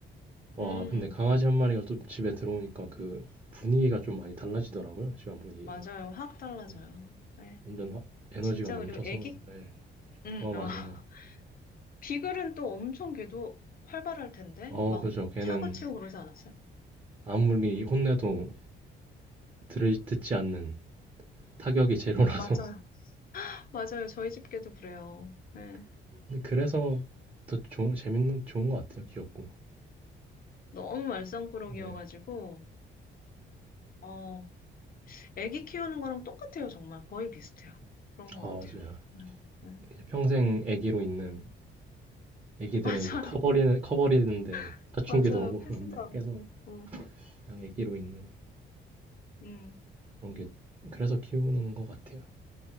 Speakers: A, on the right (about 30°); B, on the left (about 45°).
A: 와,
B: 음, 음,
A: 근데 강아지 한 마리가 또 집에 들어오니까 그 분위기가 좀 많이 달라지더라고요. 집안 분위기가.
B: 맞아요. 확 달라져요.
A: 네.
B: 네.
A: 완전 하- 에너지가
B: 진짜,
A: 넘쳐서,
B: 그리고 애기,
A: 네.
B: 음,
A: 어, 맞아요.
B: 어. <laughs> 비글은 또 엄청 걔도 활발할 텐데,
A: 어,
B: 막
A: 그죠. 걔는
B: 사고치고 그러지 않았어요?
A: 아무리 혼내도 들을, 듣지 않는 타격이 제로라서.
B: 맞아요. <laughs> 맞아요. 저희 집 개도 그래요. 네.
A: <laughs> 근데 그래서 더 좋은, 재밌는, 좋은 것 같아요. 귀엽고.
B: 너무 말썽꾸러기여가지고,
A: 네.
B: 어, 애기 키우는 거랑 똑같아요, 정말. 거의 비슷해요. 그런 것
A: 아, 맞아요.
B: 같아요. 네, 네.
A: 이제 평생 애기로
B: 음.
A: 있는 애기들은
B: 맞아요.
A: 이제 커버리는, 커버리는데
B: <laughs>
A: 사춘기도
B: 맞아요.
A: 오고
B: 크지도
A: 그런데
B: 않고.
A: 계속
B: 어.
A: 그냥 애기로 있는
B: 음,
A: 그런 게 그래서 키우는 것 같아요.